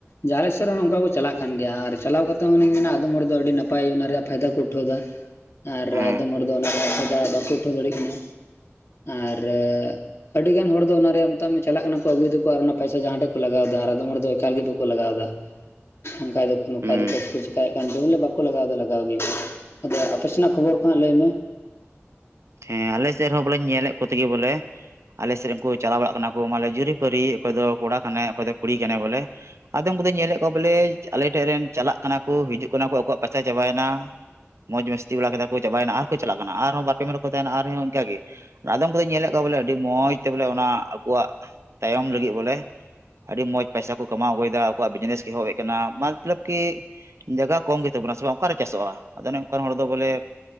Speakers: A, on the left; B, on the right.
A: ᱡᱟᱦᱟᱸᱞᱮ ᱥᱮᱫ ᱨᱮ ᱦᱚᱸ ᱚᱱᱠᱟ ᱠᱚ ᱪᱟᱞᱟᱜ ᱠᱟᱱ ᱜᱮᱭᱟ ᱟᱨ ᱪᱟᱞᱟᱣ ᱠᱟᱛᱮ ᱦᱚᱸᱧ ᱢᱮᱱᱟ ᱟᱫᱚᱢ ᱦᱚᱲ ᱫᱚ ᱟᱹᱰᱤ ᱱᱟᱯᱟᱭ ᱚᱱᱟ ᱨᱮᱭᱟᱜ ᱯᱷᱟᱭᱫᱟ ᱠᱚ ᱩᱴᱷᱟᱹᱣ ᱫᱟ ᱟᱨ
B: ᱦᱮᱸ
A: ᱟᱫᱚᱢ ᱦᱚᱲ ᱫᱚ ᱚᱱᱟᱨᱮ ᱯᱷᱟᱭᱫᱟ ᱵᱟᱠᱚ ᱩᱴᱷᱟᱹᱣ ᱫᱟᱲᱮᱜ ᱠᱟᱱᱟ᱾ ᱟᱨ ᱟᱹᱰᱤ ᱜᱟᱱ ᱦᱚᱲ ᱫᱚ ᱚᱱᱟᱨᱮ ᱢᱮᱛᱟᱜ ᱪᱟᱞᱟᱜ ᱠᱟᱱᱟ ᱠᱚ ᱟᱹᱜᱩᱭᱮᱫᱟᱠᱚ ᱟᱨ ᱚᱱᱟ ᱯᱚᱭᱥᱟ ᱡᱟᱦᱟᱸᱴᱷᱮᱱ ᱠᱚ ᱞᱟᱜᱟᱣ ᱫᱟ ᱟᱨ ᱟᱫᱚᱢ ᱦᱚᱲ ᱫᱚ ᱮᱠᱟᱞ ᱜᱮ ᱵᱟᱠᱚ ᱞᱟᱜᱟᱣ ᱫᱟ᱾
B: <inaudible>
A: ᱱᱚᱝᱠᱟ ᱫᱚᱠᱚ ᱱᱚᱝᱠᱟ
B: ᱦᱩᱸ
A: ᱫᱚᱠᱚ ᱠᱷᱩᱡᱼᱟ ᱪᱮᱠᱟᱭᱮᱫ ᱠᱟᱱ ᱫᱚ ᱵᱚᱞᱮ ᱵᱟᱠᱚ ᱞᱟᱜᱟᱣ ᱞᱟᱜᱟᱣ ᱜᱮ᱾ ᱟᱫᱚ ᱟᱯᱮᱥᱮᱱᱟᱜ ᱠᱷᱚᱵᱚᱨ ᱠᱚ ᱦᱟᱸᱜ ᱞᱟᱹᱭ ᱢᱮ
B: ᱦᱮᱸ ᱟᱞᱮᱥᱮᱫ ᱨᱮᱦᱚᱸ ᱵᱚᱞᱮᱧ ᱧᱮᱞᱮᱫ ᱠᱚ ᱛᱮᱜᱮ ᱵᱚᱞᱮ ᱟᱞᱮ ᱥᱮᱫ ᱨᱮᱱ ᱠᱚ ᱪᱟᱞᱟᱣ ᱵᱟᱲᱟᱜ ᱠᱟᱱᱟ ᱠᱚ ᱢᱟᱱᱮ ᱡᱩᱨᱤᱯᱟᱹᱨᱤ ᱚᱠᱚᱭ ᱫᱚ ᱠᱚᱲᱟ ᱠᱟᱱᱟᱭ ᱚᱠᱚᱭ ᱫᱚ ᱠᱩᱲᱤ ᱠᱟᱱᱟᱭ ᱵᱚᱞᱮ ᱟᱫᱚᱢ ᱠᱚᱫᱚ ᱧᱮᱞᱮᱫ ᱠᱚᱣᱟ ᱵᱚᱞᱮ ᱟᱞᱮ ᱴᱷᱮᱱ ᱨᱮᱱ ᱪᱟᱞᱟᱜ ᱠᱟᱱᱟ ᱠᱚ ᱦᱤᱡᱩᱜ ᱠᱟᱱᱟ ᱠᱚ ᱟᱠᱚᱣᱟᱜ ᱯᱟᱭᱥᱟ ᱪᱟᱵᱟᱭ ᱱᱟ ᱢᱚᱡᱽ ᱢᱟᱥᱛᱤ ᱵᱟᱲᱟ ᱠᱮᱫᱟ ᱠᱚ ᱪᱟᱵᱟᱭ ᱱᱟ ᱟᱨ ᱠᱚ ᱪᱟᱞᱟᱜ ᱠᱟᱱᱟ ᱟᱨ ᱦᱚ ᱵᱟᱨ ᱯᱮ ᱢᱟ ᱠᱚ ᱛᱟᱦᱮᱱᱟ ᱟᱨᱦᱚ ᱚᱱᱠᱟᱜᱮ ᱟᱫᱚᱢ ᱠᱚᱫᱚᱧ ᱧᱮᱞᱮᱫ ᱠᱚᱣᱟ ᱵᱚᱞᱮ ᱟᱹᱰᱤ ᱢᱚᱸᱡᱽ ᱛᱮ ᱵᱚᱞᱮ ᱚᱱᱟ ᱟᱠᱚᱣᱟᱜ ᱛᱟᱭᱚᱢ ᱞᱟᱹᱜᱤᱫ ᱵᱚᱞᱮ ᱟᱹᱰᱤ ᱢᱚᱡᱽ ᱯᱚᱭᱥᱟ ᱠᱚ ᱠᱟᱢᱟᱣ ᱟᱹᱜᱩᱭᱮᱫᱟ ᱟᱠᱚᱣᱟᱜ ᱵᱤᱡᱽᱱᱮᱥ ᱮᱦᱚᱵᱮᱫ ᱠᱟᱱᱟ ᱢᱟᱛᱞᱟᱵ ᱠᱤ ᱡᱟᱭᱜᱟ ᱠᱚᱢ ᱜᱮᱛᱟ ᱵᱚᱱᱟ ᱥᱮ ᱵᱟᱝ ᱚᱠᱟᱨᱮ ᱪᱟᱥᱚᱜᱼᱟ? ᱟᱫᱚ ᱚᱱᱠᱟᱱ ᱦᱚᱲ ᱫᱚ ᱵᱚᱞᱮ